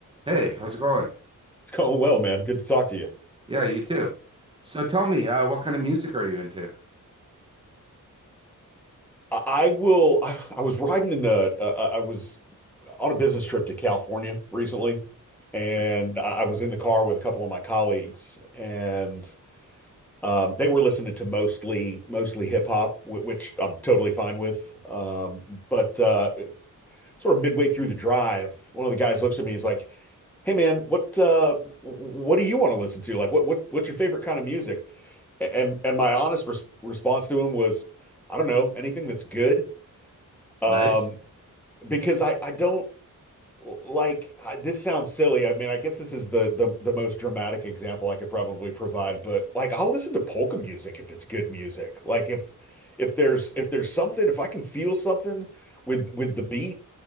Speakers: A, on the right (about 15°); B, in the centre.
A: Hey, how's it going?
B: It's going well, man. Good to talk to you.
A: Yeah, you too. So tell me, uh, what kind of music are you into?
B: I, I will. I, I was riding in the. Uh, I was on a business trip to California recently, and
A: Eh,
B: I, I was in the car with a couple of my colleagues, and um, they were listening to mostly mostly hip hop, whi- which I'm totally fine with. Um, but uh, sort of midway through the drive, one of the guys looks at me. He's like, "Hey, man, what uh, what do you want to listen to? Like, what what what's your favorite kind of music?" and and my honest res response to him was, I don't know, anything that's good. Um,
A: Nice.
B: because I I don't like I- this sounds silly. I mean, I guess this is the, the the most dramatic example I could probably provide, but like I'll listen to polka music if it's good music. Like if if there's if there's something, if I can feel something with with the beat